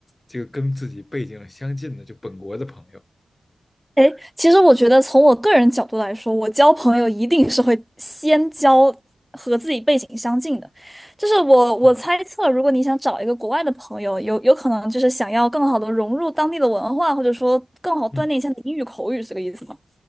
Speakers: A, on the left (about 25°); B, in the centre.
A: 这个跟自己背景相近的就本国的朋友，
B: 哎，其实我觉得从我个人角度来说，我交朋友一定是会先交和自己背景相近的。就是我我猜测，
A: 嗯
B: 如果你想找一个国外的朋友，有有可能就是想要更好的融入当地的文化，或者说更好锻炼一下你英语口语，
A: 嗯。
B: 是这个意思吗？